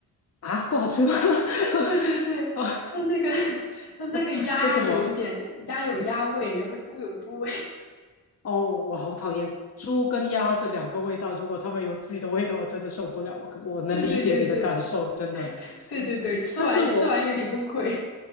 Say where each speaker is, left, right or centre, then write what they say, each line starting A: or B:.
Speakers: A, on the left (about 40°); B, on the left (about 80°).
A: 啊，不好吃吗？
B: <laughs> 对对对，
A: <laughs> 啊，
B: 它那个 <laughs> 它那个鸭有一点鸭有鸭味，
A: <laughs> 为什么？
B: 然后猪有猪味，
A: 哦，我我好讨厌猪跟鸭这两个味道，如果它们有自己的味道，我真的受不了。我可我能理解你的感受，
B: <laughs> 对对对对
A: 真的。
B: 对对对，吃完吃完有点崩溃，
A: 但是我